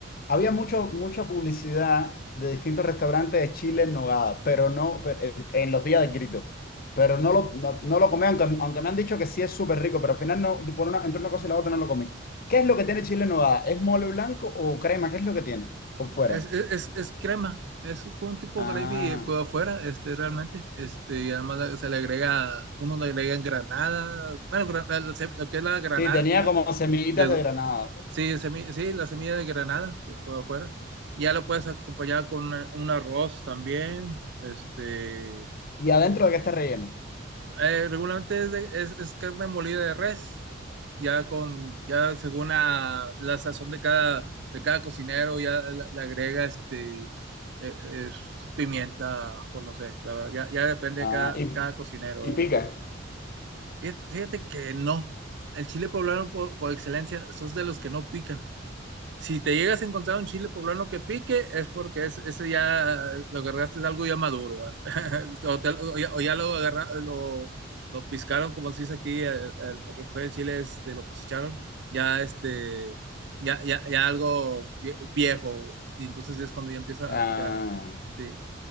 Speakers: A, on the left (about 50°); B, on the right (about 65°).
A: había mucho, mucha publicidad de distintos restaurantes de Chile en Nogada, pero no, pero, eh, en los días del grito. Pero no lo, no, no lo comí, aunque, aunque me han dicho que sí es súper rico, pero al final no, por una, entre una cosa y la otra no lo comí. ¿Qué es lo que tiene Chile en Nogada? ¿Es mole blanco o crema? ¿Qué es lo que tiene por fuera?
B: Es, es, es, es crema, es como un tipo
A: Ah,
B: gravy eh, por afuera, este, realmente. Este, y además la- se le agrega, uno le agrega granada, bueno, gra- la- la sem- lo que es la granada,
A: sí, tenía
B: la,
A: como semillitas
B: de-
A: de granada.
B: sí, semi- sí, la semilla de granada por, por afuera. Ya lo puedes acompañar con una- un arroz también, este,
A: ¿Y adentro de qué está relleno?
B: eh, regularmente es, de- es, es carne molida de res, ya con, ya según la, la sazón de cada, de cada cocinero, ya le, le agrega este eh, eh, sus- pimienta, o no sé, la verdad, ya, ya depende
A: Ah,
B: de cada,
A: y,
B: cada cocinero.
A: y
B: ¿verdad?
A: pica.
B: Fíjate, fíjate que no, el chile poblano por, por excelencia, esos de los que no pican. Si te llegas a encontrar un chile poblano que pique, es porque es, ese ya lo agarraste de algo ya maduro, ¿va? <laughs> o, te- o ya, o ya lo, agarra- lo, lo piscaron, como se dice aquí, al, al- al recoger el chile, este, lo cosecharon, ya este, ya, ya, ya algo vie- viejo, y entonces es cuando ya empieza
A: Ah.
B: a picar. Sí,